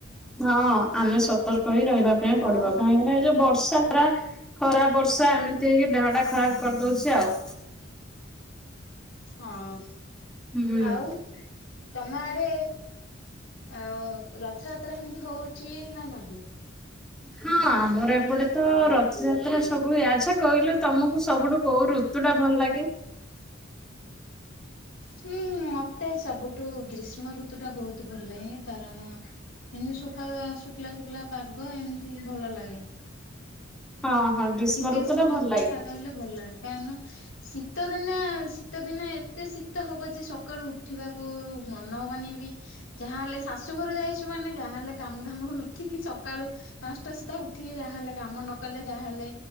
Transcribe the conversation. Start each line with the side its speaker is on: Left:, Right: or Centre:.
Centre: ହଁ ଆମେ ସତର୍କ ହେଁଇ ରହିବା ପାଇଁ ପଡିବ
Left: ଆଉ
Centre: କାହିଁକିନା ଏ ଯୋଉ ବର୍ଷା ପରା ଖରା ବର୍ଷା ଏମିତି ହେଇକି ଦେହ ଟା ଖରାପ କରିଦଉଛି ଆଉ।
Left: ହଁ
Centre: ହୁଁ।
Left: ଆଉ ତମ ଆଡେ ଆ ରଥଯାତ୍ରା ଏମିତି ହଉଛି ନା ନାହିଁ?
Centre: ହଁ ଆମର ଏପଟେ ତ ରଥଯାତ୍ରା ସବୁ ହୁଏ ଆ କଥା କହିଲେ ତମକୁ ସବୁଠୁ କୋଉ ଋତୁ ଟା ଭଲ ଲାଗେ?
Left: ହୁଁ ମତେ ସବୁ ତୁ ଗ୍ରୀଷ୍ମ ଋତୁଟା ବହୁତ ଭଲ ଲାଗେ କାରଣ ଏମିତି ଶୁଖା ଶୁଖିଲା ଶୁଖିଲା ପାଗ ଏମିତି ଭଲ ଲାଗେ।
Centre: ହଁ ହଁ <unintelligible>
Left: ଟିକେ ଶୁଖିଲେ
Centre: ଭଲ
Left: ଶୁଖିଲେ
Centre: ଲାଗେ
Left: ପାଗ ହେଲେ ଭଲ ଲାଗେ କାରଣ ଶୀତ ଦିନେ ଶୀତ ଦିନେ ଏତେ ଶି ହବ ଯେ ସକାଳୁ ଉଠିବାକୁ ମନ ହବନି ବି ଯାହାହଲେ ସା ଶାଶୁଘର ଯାଇଛୁ ମାନେ ଯାହା ହେଲେ କାମଧାମ କ ଉଠିକି ସକାଳୁ ପାଞ୍ଚଟା ସୁଧା ଉଠିକି ଯାହାହଲେ କାମ ନ କଲେ ଯାହାହଲେ